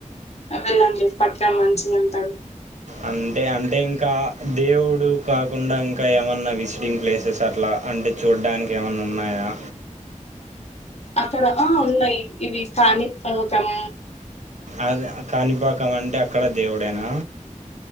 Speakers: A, on the left; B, on the right.
A: ఆ వెళ్ళండి పక్కా మంచిగ ఉంటారు
B: అంతే అంటే ఇంకా దేవుడు కాకుండా ఇంకా ఏమన్నా విసిడింగ్ ప్లేసెస్ అట్లా అంటే చూడ్డానికి ఏమన్న ఉన్నాయా.
A: అక్కడ ఆ ఉన్నయి ఇవి కాణిపాకం
B: అద కానిపా కం అంటే అక్కడ దేవుడేనా